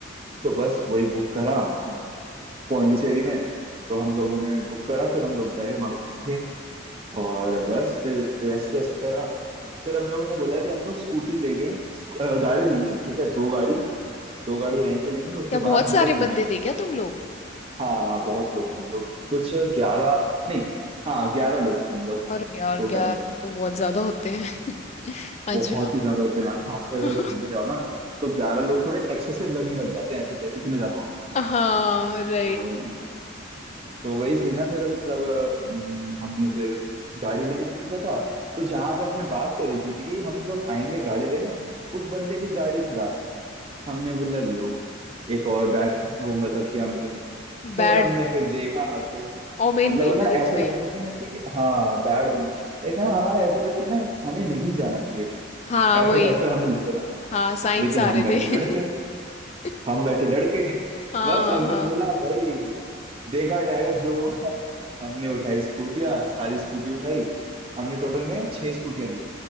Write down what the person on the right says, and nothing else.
तो बस वही बुक करा पौंडीचेरी में तो हम लोगों ने बुक करा फिर हम लोग गए वहां पे बैठे और बस फिर रेस्ट वेस्ट करा फिर हम लोगों ने बोला कि हम लोग स्कूटी ले गए स्क- अ, गाड़ी लेंगे ठीक है दो गाड़ी दो गाड़ी रेंट पे लेंगे उसके
बाद हम
लोग घूमेंगे
उससे
हाँ हाँ बहुत लोग थे हम लोग कुछ ग्यारह नहीं हाँ ग्यारह लोग थे हम लोग
टोटल
में
बहुत ही ज्यादा होते हैं यार खासकर
अगर घूमने जाओ ना तो ग्यारह लोग थोड़े एक्सेसिव लगने लग जाते हैं ऐसे इतने ज्यादा होते हैं
तो, तो वही सीन है फिर मतलब अम, हमने फिर गाड़ी लेने का सोचा था तो जहां पे हमने बात करी की थी कि हम लोग आएंगे गाड़ी लेने उस बंदे की गाड़ी खराब हो गई हमने बोला लो एक और बैग वो मतलब लग गया हम पे फिर
हमने फिर देखा तो
मतलब
ना
ऐसा
लग रहा था कि ना कि हाँ बैड वुमेन लेकिन हाँ, हमारा ऐसा था कि ना हमें नहीं जाना चाहिए कहीं
ऐसा
टाइप का हमें लग रहा था
लेकिन
हम
बैठे
लड़के
हम बैठे लड़के
बस हमने
बोला भाई देखा जाएगा जो होगा। हमने उठाई स्कूटियां सारी स्कूटी उठाई हमने टोटल में छह स्कूटियां ली